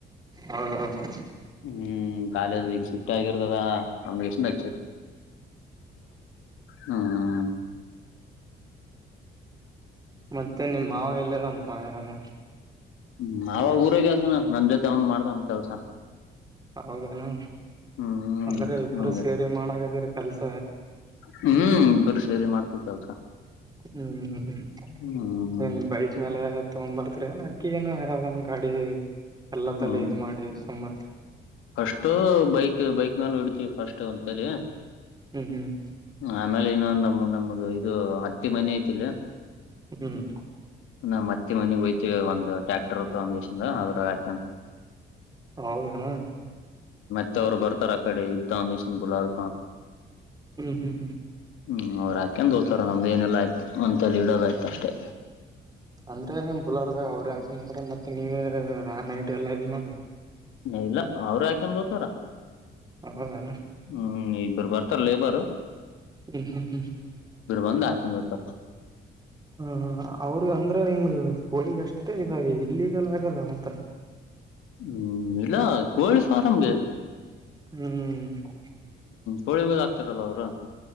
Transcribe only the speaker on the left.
ಹ್ಮ್ ಕಾಲೇಜ್ ಈಗ ಶಿಫ್ಟ್ ಆಗಿರ್ತದಾ ಅಂದುಗೆಸಿಂದ ಹ್ಮ್.
ಹ್ಮ್ ಅವಾವ ಊರಗ ಅದಾನ ನನ್ ಜೊತೆ ಅವನ್ ಮಾಡ್ತನ್ ಕೆಲ್ಸ.
ಹ್ಮ್
ಹಂಗೆ
ಹ್ಮ್ ಇಬ್ಬರು ಸೇರಿ ಮಾಡ್ತು ಕೆಲ್ಸ.
ಹ್ಮ್
ಹ್ಮ್
ಅಷ್ಟು ಬೈಕ್ ಬೈಕ್ ಮೆಲೆ ಹೊಡಿ ಫಸ್ಟ್ ಒಂತಲಿ.
ಆಮಲೆ ಇನ ಅಂದ. ನಮ್ದ ಇದು ಹತ್ತಿ ಮನೆ ಐತಿಲಿ
ನಾ ಮತ್ತೆ ಮನೆಗ್ ಹಯ್ತೇವಿ ಒಂದು ಟ್ಯಾಕ್ಟರ್ತ್ತ ತಗೊಂಡ್ ಒಂದ್ರ ಹಾಕ.
ಇತ್ತವರು ಬರ್ತಾರ ಆ ಕಡೆ ಇ ಒಂದ ದೇಶ ಬುಲಾರು.
ಹ್ಮ್ ಅವ್ ಹಾಕಂದ ದೋತಾರ ನಮ್ದ ಏನಲ್ಲ ಆಯ್ತ ಒಂದಂತ ಇಡೋ ಆಯ್ತು ಅಷ್ಟೇ
ನ ಇಲ್ಲ ಅವರು ಯಾಕೆಂದ ಹೋತಾರ.
ಹ್ಮ್ ನೀ ಬರ್ಬರ್. Sir labour.
ಬಂದ್ ಹಾಕೊಂಡ್ ಹೋತಾರ
ಹ್ಮ್ ಇಲ್ಲ ಕೋಳಿ ಫಾರಂಗೆ.
ಕೋಳಿಗಳ ಆಗ್ತಾರಲ್ಲ ಅವ್ರು.